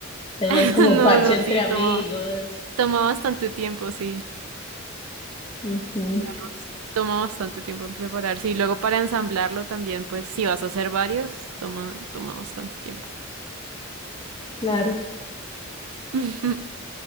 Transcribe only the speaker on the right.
<laughs>
No,
no,
sí,
toma, toma bastante tiempo, sí.
El arroz toma bastante tiempo en prepararse. Y luego para ensamblarlo también, pues, si vas a hacer varios, toma, toma bastante tiempo.
<laughs>